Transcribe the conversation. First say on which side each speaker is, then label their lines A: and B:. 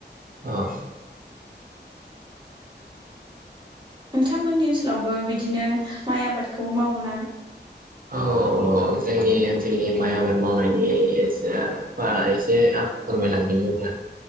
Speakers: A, on the right (about 50°); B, on the right (about 25°).
A: औ
B: नोंथांमोननि ओनसोलावबो बिदिनो माइ आबादखौ मावो ना?
A: औ जोंनि ओनसोलनि माइ आबाद मावनायनि एसे बा एसे आं फोरमायलांनि अब्ला